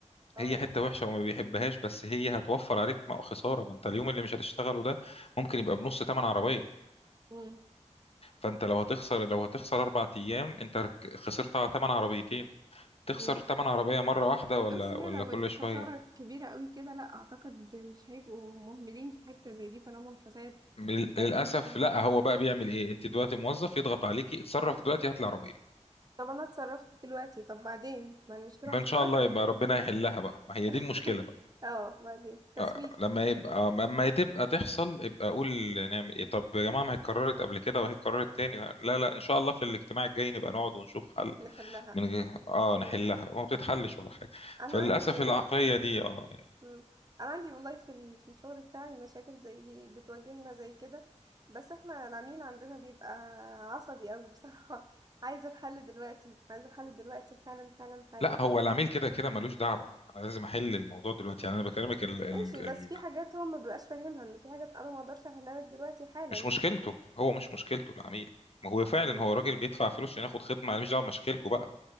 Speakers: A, on the right; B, on the left.
A: اه
B: هي
A: لا
B: حته وحشه وما بيحبهاش بس هي هتوفر عليك ما خساره ما انت اليوم اللي مش هتشتغله ده ممكن يبقى بنص ثمن عربيه
A: مم.
B: فانت لو هتخسر لو هتخسر اربع ايام انت رك- خسرت على ثمن عربيتين تخسر
A: مم.
B: ثمن عربيه مره واحده ولا
A: لا بس هي
B: ولا
A: لو
B: كل
A: الخسارة
B: شويه
A: كبيرة قوي كده لا أعتقد مش هيبقوا مهملين في حتة زي دي طالما الحساب
B: لل-
A: بتاعتهم
B: للاسف
A: كده
B: لا هو بقى بيعمل ايه انت دلوقتي موظف يضغط عليكي اتصرف دلوقتي هات العربيه
A: طب انا اتصرفت دلوقتي طب بعدين ما المشكله
B: ما
A: هتتكرر
B: ان شاء الله يبقى ربنا يحلها بقى ما هي دي المشكله
A: <laughs> اه بعدين تسويف
B: آه، لما يبقى آه، لما تبقى تحصل يبقى اقول نعمل ايه طب يا جماعه ما هي اتكررت قبل كده وهي اتكررت تاني لا لا ان شاء الله في الاجتماع الجاي نبقى نقعد ونشوف حل
A: نحلها
B: من غير اه
A: مم.
B: نحلها وما بتتحلش ولا حاجه
A: انا
B: فللاسف
A: عندي
B: العقليه دي اه
A: مم. انا عندي والله في ال- في الشغل بتاعي مشاكل زي بتواجهنا زي كده بس احنا العميل عندنا بيبقى عصبي قوي بصراحة <laughs> عايز الحل دلوقتي عايز الحل دلوقتي حالا حالا حالا
B: لا هو العميل كده كده ملوش دعوه انا لازم احل الموضوع دلوقتي يعني انا بكلمك ال... ال...
A: ماشي بس
B: ال...
A: في حاجات هو ما بيبقاش فاهمها ان في حاجات انا ما اقدرش احلها لك دلوقتي حالا
B: مش مشكلته هو مش مشكلته العميل ما هو فعلا
A: مم.
B: هو راجل بيدفع فلوس عشان ياخد خدمه انا مش دعوه بمشاكلكم بقى